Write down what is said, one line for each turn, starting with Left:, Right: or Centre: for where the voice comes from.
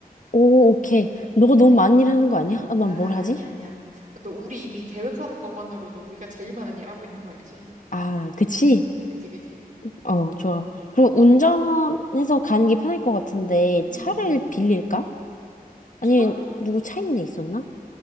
Left: 오, 오케이. 너가 너무 많은 일 하는 거 아니야? 아, 난
Right: 아,
Left: 뭘 하지?
Right: 아니야, 아니야. 아, 너 우리 이미 계획하는 것만으로도 우리가 제일 많은 일 하고 있는 거 알지?
Left: 아, 그치?
Right: 그지, 그지?
Left: 어, 좋아. 그럼 운전해서 가는 게 편할 것 같은데
Right: 응응응.
Left: 차를 빌릴까?
Right: 차?
Left: 아니면 누구 차 있는 데 있었나?